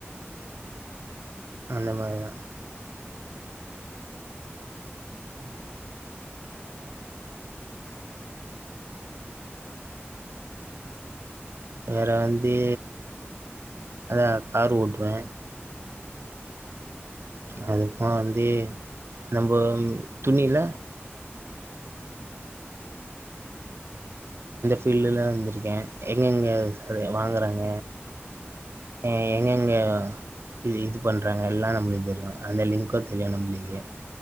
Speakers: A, on the left (about 25°); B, on the right (about 65°).
A: ம்
B: அந்த மாரிதா
A: சரி தோழா
B: ம்
A: இந்த மாரி நறையா இருக்கு வேற என்னன்னா பண்ணுவீங்க வேற என்ன ஒர்க் பண்ணுவீங்க
B: வேற வந்தீ அதா காரு ஓட்டுவே
A: சேரி
B: அதுக்கப்பமா வந்து நம்போ துணியில
A: ம் ஆமா ம் ஆமா
B: ஃபீல்ட்லலா வந்துருக்கே எங்கெங்க <unintelligible> வாங்குறாங்க
A: ம் ம்
B: ஆ எங்கெங்க இது இது பண்றாங்க எல்லா நம்ளுக்கு தெரியு அந்த லிங்க்கு தெரியு நம்ளுக்கு